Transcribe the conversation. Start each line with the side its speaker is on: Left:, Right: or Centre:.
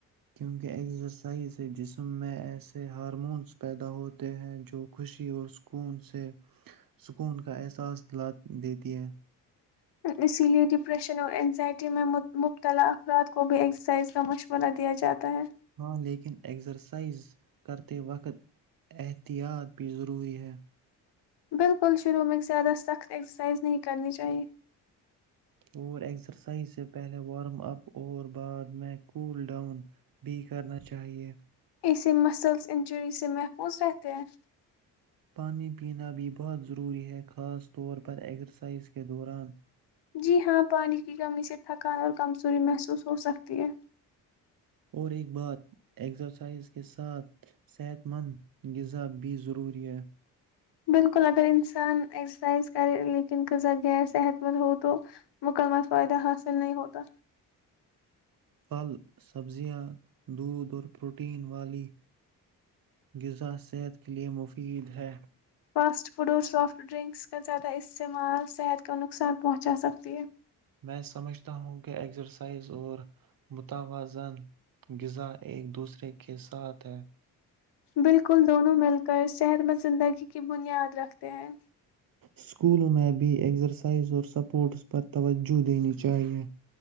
Right: کیونکہ ایکسرسائز سے جسم میں ایسے ہارمونس پیدا ہوتے ہیں جو خوشی اور سکون سے سکون کا احساس د دیتی ہے
Left: اسی لیے ڈپریشن اور انینزائٹی میں مبتلا افراد کو بھی ایکسرسائز کا مشورہ دیا جاتا ہے
Right: ہاں لیکن ایکسرسائز کرتے وقت احتیاط بھی ضروری ہے
Left: بالکل شروع میں زیادہ سخت ایکسرسائز نہیں کرنی چاہیے
Right: اور ایکسرسائز سے پہلے وارم اپ اور بعد میں کول ڈاؤن بھی کرنا چاہیئے
Left: اسے مسلس انجری سے محفوظ رہتے ہیں
Right: پانی پینا بھی بہت ضروری ہے خاص طور پر ایکزرسائز کے دوران
Left: جی ہاں پانی کی کمی سے تھکان اور کمزوری محسوس ہو سکتی ہے
Right: اور ایک بات ایکزرسائز کے ساتھ صحت مند غذا بھی ضروری ہے
Left: بالکل اگر انسان ایسرسائز کرے لیکن غذہ گیر صحت مند ہو تو مکمہ فائدہ حاصل نہیں ہوتا
Right: پھل سبزیاں دودھ اور پروٹین والی غذا صحت کے لیئے مفید ہے
Left: فاسٹ فوڈ اور سافٹ ڈرنکس کا زیادہ استعمال صحت کو نقصان پہنچا سکتی ہے
Right: میں سمجھتا ہوں کہ ایکسرسائز اور متوازن غذا ایک دوسرے کے ساتھ ہے
Left: بالکل دونوں مل کر صحت مند زندگی کی بنیاد رکھتے ہیں
Right: اسکولوں میں بھی ایکزرسائز اور سپورٹس پر توجہ دینی چاہیئے